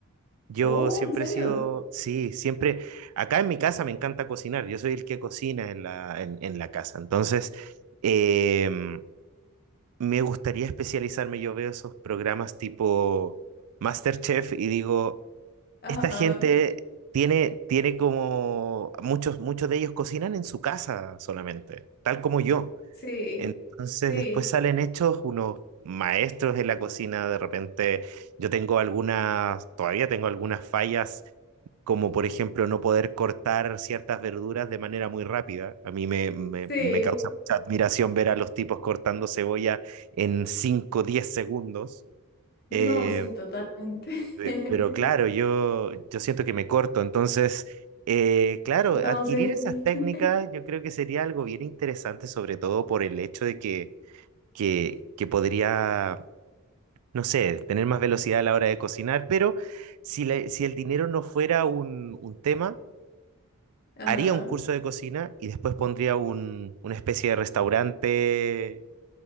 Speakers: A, on the right (about 80°); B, on the left (about 45°).
A: Yo
B: Oh,
A: siempre
B: ¿en serio?
A: he sido, sí, siempre, acá en mi casa me encanta cocinar, yo soy el que cocina en la, en, en la casa. Entonces, em, me gustaría especializarme. Yo veo esos programas tipo MasterChef y digo,
B: Ajá,
A: esta gente tiene, tiene como, muchos, muchos de ellos cocinan en su casa solamente, tal como yo.
B: sí,
A: Entonces
B: sí,
A: después salen hechos unos maestros en la cocina, de repente yo tengo algunas, todavía tengo algunas fallas, como por ejemplo no poder cortar ciertas verduras de manera muy rápida. A mí me, me,
B: sí.
A: me causa mucha admiración ver a los tipos cortando cebolla en 5 10 segundos.
B: No,
A: Eh,
B: sí, totalmente.
A: eh,
B: <laughs>
A: pero claro, yo, yo siento que me corto, entonces... Eh, claro, adquirir
B: No, sí.
A: esas técnicas
B: <laughs>
A: yo creo que sería algo bien interesante, sobre todo por el hecho de que que, que podría, no sé, tener más velocidad a la hora de cocinar, pero si, la- si el dinero no fuera un, un tema,
B: Ajá,
A: haría un curso de cocina y después pondría un, una especie de restaurante